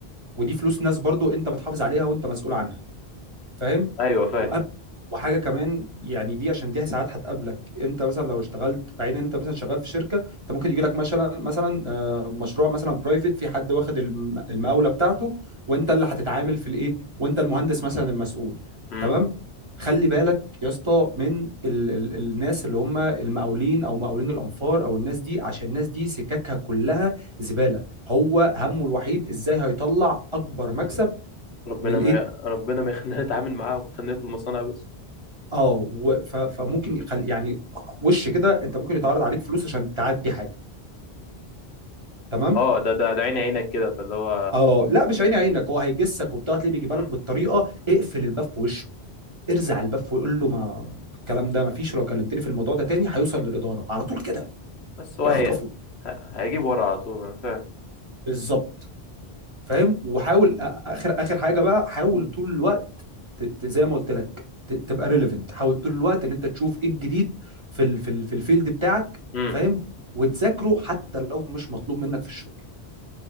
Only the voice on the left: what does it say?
ايوه فاهم
امم
ربنا
ما ربنا ما يخلينا نتعامل معاهم خلينا في المصانع بس
اه ده ده ده عيني عينك كده فاللي هو
مم.
بس هو
هي... ه- هيجيب ورا على طول انا فاهم
مم.
امم